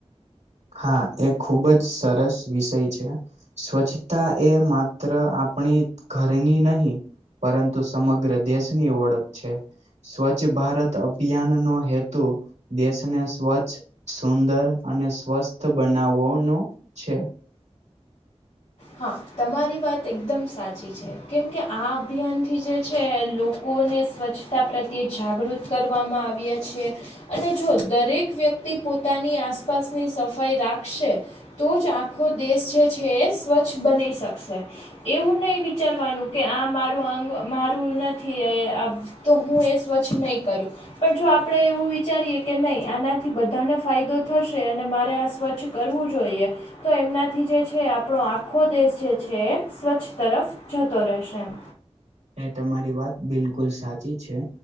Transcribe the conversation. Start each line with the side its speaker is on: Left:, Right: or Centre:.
Right: હા એ ખુબ જ સરસ વિષય છે. સ્વચ્છતા એ માત્ર આપણી ઘરની નહી પરંતુ સમગ્ર દેશની ઓળખ છે. સ્વચ્છ ભારત અભિયાન નો હેતુ. દેશને સ્વચ્છ સુદર અને સ્વસ્થ બનાવવાનો છે.
Left: હા તમારી વાત એકદમ સાચી છે કેમ કે આ અભિયાનથી જે છે, લોકો લોકોને સ્વચ્છતા પ્રત્યે જાગૃત કરવામાં આવ્યા છે. અને જો દરેક વ્યક્તિ પોતાની આસપાસની સફાઈ રાખશે તો જ આખો દેશ જે છે, એ સ્વચ્છ બની શકશે એવું નહી વિચારવાનુ કે આ મારું આંગ મારુ નથી તો હુએ સ્વચ્છ નહી કરુ પણ જો આપણે એવુ વિચારીએ કે નહી આનાથી બધાને ફાયદો થશે અને મારે આ સ્વચ્છ કરવું જોઈએ તો એમનાથી જે છે, આપ આપણો આખો દેશ જે છે, એ સ્વચ્છ તરફ જતો રહેશે એમ
Right: એ તમારી વાત બિલકુલ સાચી છે.